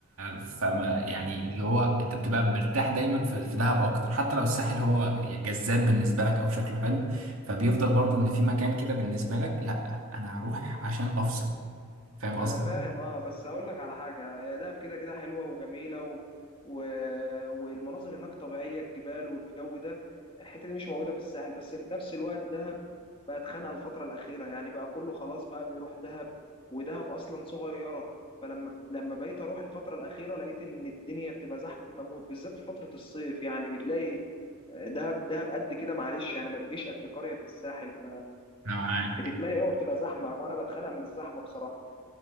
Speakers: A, on the right; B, on the left.
A: فما يعني اللي هو انت بتبقى مرتاح دايما في في دهب اكتر حتى لو الساحل هو جذاب بالنسبه لك او شكله حلو فبيفضل برضو ان في مكان كده بالنسبه لك لا انا هروح عشان افصل فاهم قصدي؟
B: انا فاهم اه بس اقول لك على حاجه هي دهب كده كده حلوه وجميله و... و... والمناظر هناك طبيعيه الجبال والجو ده الحته دي مش موجوده في الساحل بس في نفس الوقت دهب بقت خانقه الفتره الاخيره يعني بقى كله خلاص بقى بيروح دهب ودهب اصلا صغيره فلما لما بقيت اروح الفتره الاخيره لقيت ان الدنيا بتبقى زحمه موت بالذات في فتره الصيف يعني بتلاقي آه، دهب دهب قد كده معلش يعني ما تجيش قد قريه في الساحل
A: انا معاك
B: فبتتملي قوي وبتبقى زحمه وانا بتخنق من الزحمه بصراحه